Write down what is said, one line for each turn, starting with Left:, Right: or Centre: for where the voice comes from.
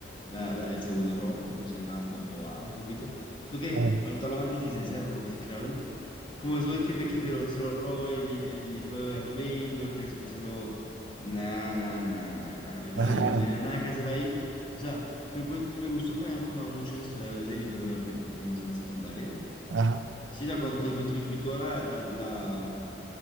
Left: la- la- el segundo robo, me parece una bobada un poquito. Siento que
Right: Ah,
Left: para toda la magnificencia de robo que se crearon, como eso de que, de que se lo, se lo robe el, hi- el hijo de Berlín, pero que después se lo... Nah, nah, nah, nah, nah, el hijo
Right: Ajá,
Left: de Berlín no tiene nada que hacer ahí. O sea, que, cu- me gustó que me hayan contado mucho la historia del hijo de Berlín, como en la escena secundaria
Right: ajá,
Left: Sí, o sea, cuando, cuando- cuando- que toda la, la, la,